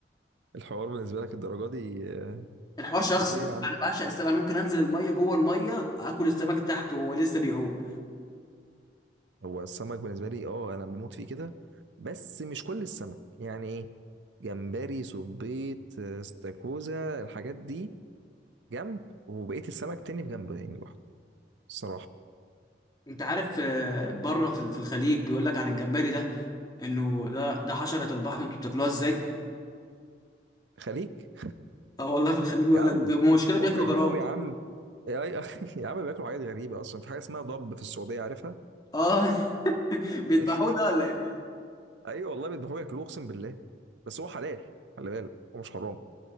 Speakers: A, on the right (about 80°); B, on the left (about 20°).
A: الحوار بالنسبه لك الدرجه دي آه،
B: الحوار شخصي
A: ليه يا عم
B: انا بعشق السمك انا ممكن انزل الميه جوه الميه اكل السمك تحت وهو لسه بيعوم
A: هو السمك بالنسبه لي اه انا بموت فيه كده بس مش كل السمك يعني ايه جمبري صبيط آه، استاكوزا الحاجات دي جنب وبقيه السمك تاني بجنب يعني لوحده الصراحه
B: انت عارف آه، بره في في الخليج بيقول لك عن الجمبري ده انه ده ده حشره البحر انتوا بتاكلوها ازاي
A: خليك
B: اه والله في الخليج بيقول
A: يا عم
B: لك بي- مشكله بياكلوا
A: فكك
B: جراد
A: منهم يا عم يا <laughs> يا عم بياكلوا حاجات غريبه اصلا في حاجه اسمها ضب في السعوديه عارفها
B: اه <laughs> بيذبحوه
A: <laughs>
B: ده ولا ايه
A: ايوه والله بيذبحوه ياكلوه اقسم بالله بس هو حلال خلي بالك هو مش حرام